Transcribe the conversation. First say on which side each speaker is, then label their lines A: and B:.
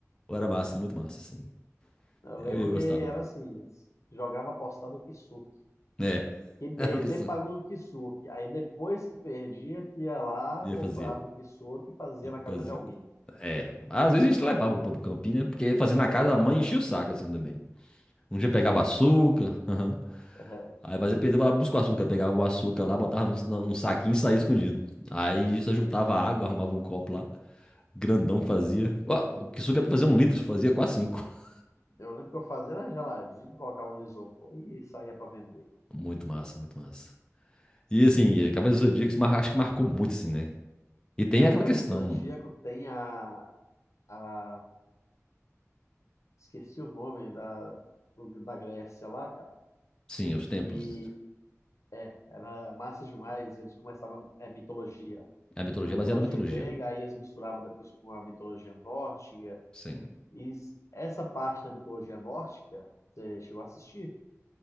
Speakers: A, on the left (about 15°); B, on the left (about 65°).
A: Pô, Era massa, muito massa, assim.
B: Eu lembro
A: Eu, eu
B: que
A: gostava.
B: era assim, jogava apostado o Kisuki.
A: É, <laughs>
B: Quem perder
A: era o kisuke.
B: pagou o Kisuki. Aí depois que perdia, que ia lá,
A: E
B: comprava
A: eu fazia.
B: o Kisuki e fazia
A: E
B: na casa
A: fazia.
B: de alguém.
A: É. Às vezes a gente levava pro pro campinho, né? Porque fazia
B: Então,
A: na casa,
B: né,
A: a mãe enchia o saco, assim, também. Um dia
B: enchia.
A: pegava açúcar. <laughs>
B: é,
A: Aí fazia perdeu, vai lá buscar o açúcar. Pegava o açúcar lá, botava num, sa- num saquinho e saía escondido. Aí só juntava água, arrumava um copo lá. Grandão fazia. Ó, o que suco era pra fazer um litro, fazia quase cinco. <laughs>
B: eu lembro que eu fazia era geladinho, colocava no isopor e saía pra vender.
A: Muito massa, muito massa. E assim, Cavaleiros do Zodíaco mar- acho que marcou muito, assim, né? E tem
B: Cara,
A: aquela
B: Cavaleiro
A: questão,
B: do Zodíaco tem a, a Esqueci o nome da, da Grécia lá, cara.
A: sim, os templos.
B: E é, era massa demais. Eles começavam, é mitologia.
A: A mitologia
B: Tinha mitologia
A: é baseada na mitologia.
B: grega, aí eles misturavam depois com a mitologia nórdica.
A: Sim.
B: E s- essa parte da mitologia nórdica, você chegou a assistir?